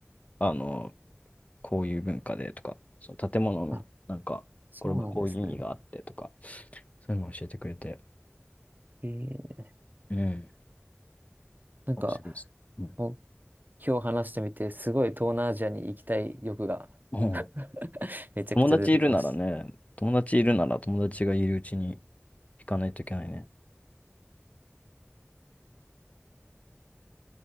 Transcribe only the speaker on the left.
あの、こういう文化でとか、その建物の、
なんか、
これはこういう意味があってとか、そういうのを教えてくれて、
うん、
面白いです。うん。
もう
友達いるならね、友達いるなら友達がいるうちに行かないといけないね。